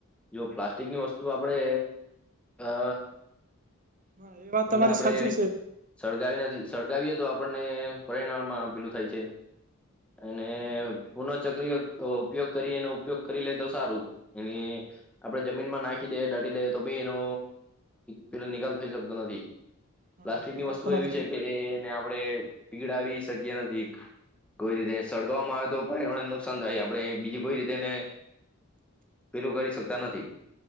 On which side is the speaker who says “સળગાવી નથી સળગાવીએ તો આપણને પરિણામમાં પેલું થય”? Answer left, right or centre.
Centre